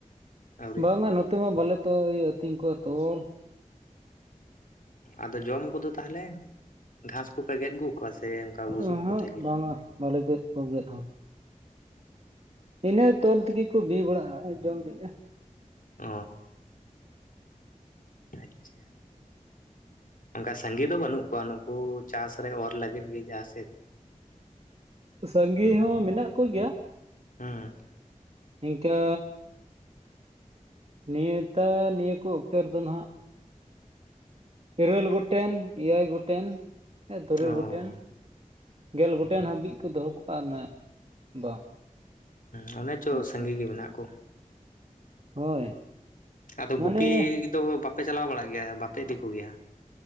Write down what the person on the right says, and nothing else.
ᱵᱟᱝᱢᱟ ᱱᱚᱛᱮ ᱢᱟ ᱵᱟᱞᱮ ᱛᱚ ᱤᱭᱟᱹ ᱟᱹᱛᱤᱧ ᱠᱚᱣᱟ ᱛᱚᱞ
ᱚᱦᱚᱸᱜ
ᱵᱟᱝᱟ ᱵᱟᱞᱮ ᱜᱮᱫ ᱠᱚ ᱜᱮᱫ ᱦᱚᱸ ᱤᱱᱟᱹ ᱛᱚᱞ ᱛᱮᱜᱮ ᱠᱚ ᱵᱤ ᱵᱟᱲᱟᱜ-ᱟ ᱡᱚᱢ ᱵᱤᱜ-ᱟ
ᱥᱟᱸᱜᱮ ᱦᱚᱸ ᱢᱮᱱᱟᱜ ᱠᱚᱜᱮᱭᱟ
ᱤᱱᱠᱟᱹ ᱱᱤᱭᱟᱹ ᱛᱟᱨ ᱱᱤᱭᱟᱹ ᱠᱚ ᱚᱠᱛᱮ ᱨᱮᱫᱚ ᱱᱟᱦᱟᱜ ᱤᱨᱟᱹᱞ ᱜᱚᱴᱮᱱ ᱮᱭᱟᱭ ᱜᱚᱴᱮᱱ ᱛᱩᱨᱩᱭ
ᱜᱚᱴᱮᱱ ᱜᱮᱞ ᱜᱚᱴᱮᱱ ᱦᱟᱹᱵᱤᱡ ᱠᱚ ᱫᱚᱦᱚ ᱠᱚᱣᱟ ᱟᱨ ᱩᱱᱟᱹᱜ ᱵᱟᱝ
ᱱᱚᱛᱮ
ᱦᱳᱭ
ᱢᱟᱱᱮ